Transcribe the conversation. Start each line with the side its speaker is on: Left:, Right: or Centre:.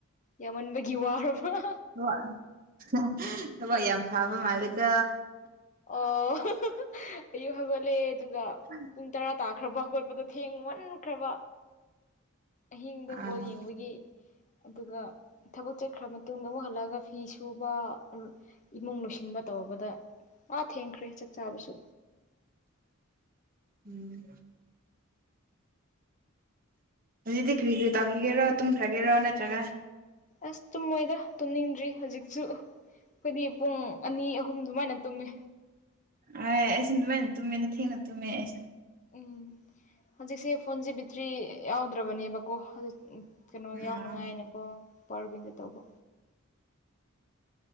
Left: ꯌꯥꯝꯃꯟꯕꯒꯤ ꯋꯥꯔꯕ꯭ꯔꯥ
Right: <unintelligible> ꯊꯕꯛ ꯌꯥꯝ ꯐꯥꯕ ꯃꯥꯜꯂꯤꯀꯣ
Left: ꯑꯣ ꯑꯌꯨꯛ ꯍꯧꯒꯠꯂꯦ ꯑꯗꯨꯒ
Right: <unintelligible>
Left: ꯄꯨꯡ ꯇꯔꯥ ꯇꯥꯈ꯭ꯔꯕ ꯍꯧꯒꯣꯠꯄꯗꯣ ꯊꯦꯡ ꯃꯟꯈ꯭ꯔꯕ ꯑꯍꯤꯡꯗ
Right: ꯑꯥ
Left: ꯕꯣꯜ ꯌꯦꯡꯕꯒꯤ ꯑꯗꯨꯒ ꯊꯕꯛ ꯆꯠꯈ꯭ꯔ ꯃꯇꯨꯡꯗ ꯑꯃꯨꯛ ꯍꯜꯂꯛꯑꯒ ꯐꯤ ꯁꯨꯕ ꯏꯃꯨꯡ ꯂꯣꯏꯁꯤꯟꯕ ꯇꯧꯕꯗ ꯑꯥ ꯊꯦꯡꯈ꯭ꯔꯦ ꯆꯥꯛ ꯆꯥꯕꯁꯨ
Right: ꯎꯝ ꯍꯧꯖꯤꯛꯇꯤ ꯀꯔꯤ ꯀꯔꯤ ꯇꯥꯈꯤꯒꯦꯔꯣ ꯇꯨꯝꯈ꯭ꯔꯒꯦꯔꯣ ꯅꯠꯇ꯭ꯔꯒ
Left: ꯑꯁ ꯇꯨꯝꯃꯣꯏꯗ ꯇꯨꯝꯅꯤꯡꯗ꯭ꯔꯤ ꯍꯧꯖꯤꯛꯁꯨ ꯑꯩꯈꯣꯏꯗꯤ ꯄꯨꯡ ꯑꯅꯤ ꯑꯍꯨꯝ ꯑꯗꯨꯃꯥꯏꯅ ꯇꯨꯝꯃꯦ
Right: ꯑꯥꯏꯁ ꯑꯩꯁꯨ ꯑꯗꯨꯃꯥꯏꯅ ꯇꯨꯝꯃꯦ ꯊꯦꯡꯅ ꯇꯨꯝꯃꯦ ꯑꯩꯁꯨ
Left: ꯎꯝ ꯍꯧꯖꯤꯛꯁꯦ ꯐꯣꯟꯁꯦ ꯕꯤꯇ꯭ꯔꯤ ꯌꯥꯎꯗ꯭ꯔꯕꯅꯦꯕꯀꯣ <unintelligible> ꯀꯩꯅꯣ
Right: ꯑꯥ
Left: ꯌꯥꯎꯅꯉꯥꯏꯅꯦꯀꯣ ꯄꯋꯥꯔꯕꯤꯟꯗ ꯇꯧꯕ